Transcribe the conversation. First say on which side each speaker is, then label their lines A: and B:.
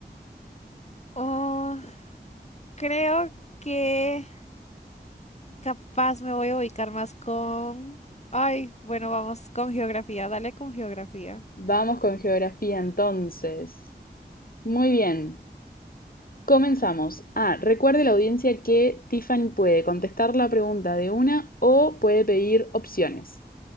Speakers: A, on the left; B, on the left.
A: Oh, creo que capaz me voy a ubicar más con... Ay, bueno, vamos con geografía, dale con geografía.
B: Vamos con geografía entonces. Muy bien, comenzamos. Ah, recuerde la audiencia que Tiffany puede contestar la pregunta de una o puede pedir opciones.